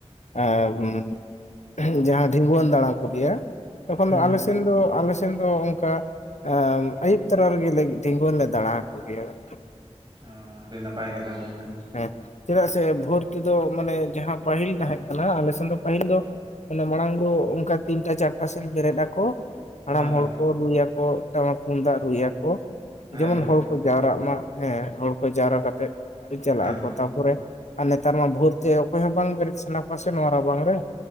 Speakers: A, on the left; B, on the right.
A: <inaudible> ᱡᱟᱦᱟᱸ ᱰᱷᱤᱸᱜᱩᱣᱟᱹᱱ ᱫᱟᱬᱟ ᱠᱚ ᱞᱟᱹᱭᱟ ᱛᱚᱠᱷᱚᱱ
B: ᱦᱩᱸ
A: ᱫᱚ ᱟᱞᱮ ᱥᱮᱱ ᱫᱚ ᱟᱞᱮ ᱥᱮᱱ ᱫᱚ ᱚᱝᱠᱟ ᱟᱢ ᱟᱭᱩᱵ ᱛᱟᱨᱟ ᱨᱮᱜᱮ ᱞᱟᱹᱜᱤᱫ ᱛᱤᱸᱜᱩᱱ ᱞᱮ ᱫᱟᱬᱟ ᱟᱠᱚ ᱜᱮᱭᱟ ᱾
B: ᱚᱻ ᱟᱹᱰᱤ ᱱᱟᱯᱟᱭ ᱠᱟᱛᱷᱟ ᱜᱚᱝᱠᱮ ᱾
A: ᱦᱮᱸ ᱪᱮᱫᱟᱜ ᱥᱮ ᱵᱷᱳᱨ ᱛᱮ ᱫᱚ ᱢᱟᱱᱮ ᱡᱟᱦᱟᱸ ᱯᱟᱹᱦᱤᱞ ᱛᱟᱦᱮᱸᱜ ᱠᱟᱱᱟ ᱟᱞᱮ ᱥᱮᱱ ᱫᱚ ᱯᱟᱹᱦᱤᱞ ᱫᱚ ᱢᱟᱱᱮ ᱢᱟᱲᱟᱝ ᱫᱚ ᱚᱝᱠᱟ ᱛᱤᱱᱴᱟ ᱪᱟᱨᱴᱟ ᱥᱮᱱ ᱵᱮᱨᱮᱫ ᱟᱠᱚ, ᱦᱟᱲᱟᱢ
B: ᱦᱳᱭ ᱦᱳᱭ
A: ᱦᱚᱲ ᱠᱚ ᱨᱩᱭᱟ ᱠᱚ ᱴᱟᱢᱟᱠ ᱛᱩᱢᱫᱟᱜ ᱨᱩᱭᱟ ᱠᱚ,
B: ᱦᱮᱸ
A: ᱡᱮᱢᱚᱱ
B: ᱜᱚᱢᱠᱮ
A: ᱦᱚᱲ ᱠᱚ ᱡᱟᱣᱨᱟᱜ ᱢᱟ ᱦᱮᱸ ᱦᱚᱲ ᱠᱚ ᱡᱟᱣᱨᱟ ᱠᱟᱛᱮᱫ ᱪᱟᱞᱟᱜ
B: ᱦᱮᱸ
A: ᱟᱠᱚ,
B: ᱦᱮᱸ
A: ᱛᱟᱯᱚᱨᱮ ᱟᱨ ᱱᱮᱛᱟᱨ ᱢᱟ ᱵᱷᱳᱨ ᱛᱮ ᱚᱠᱚᱭ ᱦᱚᱸ ᱵᱟᱝ ᱵᱮᱨᱮᱫ ᱥᱟᱱᱟ ᱠᱚᱣᱟ ᱥᱮ ᱱᱚᱣᱟ ᱨᱟᱵᱟᱝ ᱨᱮ ᱾